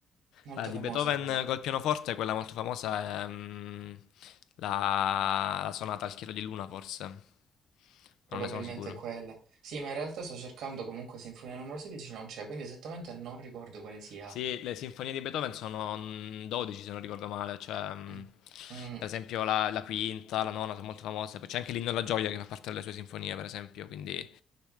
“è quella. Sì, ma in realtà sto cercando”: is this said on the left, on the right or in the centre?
Right